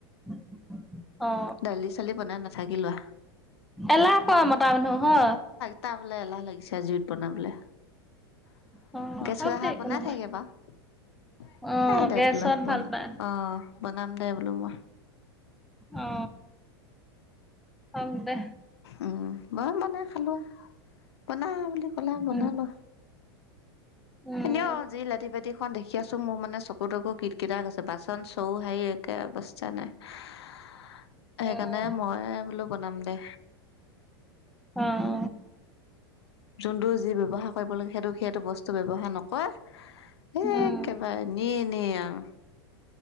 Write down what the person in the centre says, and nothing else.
<unintelligible> অ,
এলাহ কৰা মতা মানুহ হ।
অ হওক দে একো
নহয়
অ গেছত
ভাল পায়
অ, হ'ক দে।
উম উম
উম
অ,
উম